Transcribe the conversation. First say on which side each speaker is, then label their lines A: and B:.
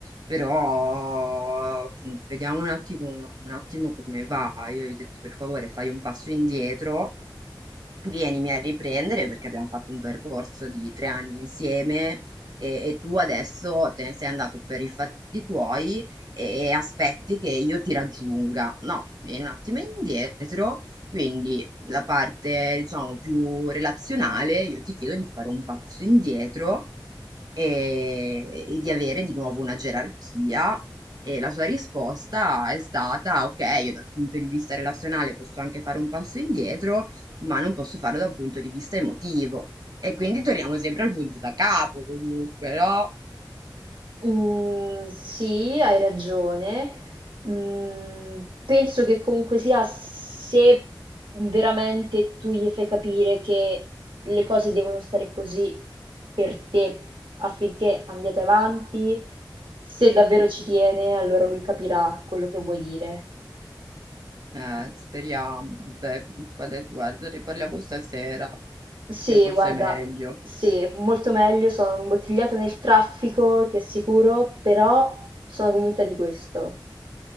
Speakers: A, on the right (about 55°); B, on the right (about 85°).
A: però appunto vediamo un attimo, un attimo come va. Io gli ho detto per favore fai un passo indietro, vienimi a riprendere perché abbiamo fatto un percorso di tre anni insieme e, e tu adesso te ne sei andato per i fatti tuoi e aspetti che io ti raggiunga. No, vieni un attimo indietro, quindi la parte, diciamo, più relazionale, io ti chiedo di fare un passo indietro e, e di avere di nuovo una gerarchia. E la sua risposta è stata: Ok, io dal punto di vista relazionale posso anche fare un passo indietro, ma non posso farlo dal punto di vista emotivo. E quindi torniamo sempre al punto da capo, comunque, no?
B: Mm, sì, hai ragione. Mm, penso che comunque sia se veramente tu gli fai capire che le cose devono stare così per te affinché andiate avanti, se davvero ci tiene, allora lui capirà quello che vuoi dire.
A: Eh, speriamo, vabbè, comunque adesso, guarda, ne parliamo stasera,
B: Sì,
A: che forse
B: guarda,
A: è meglio.
B: sì, molto meglio, sono imbottigliata nel traffico, ti assicuro, però sono convinta di questo.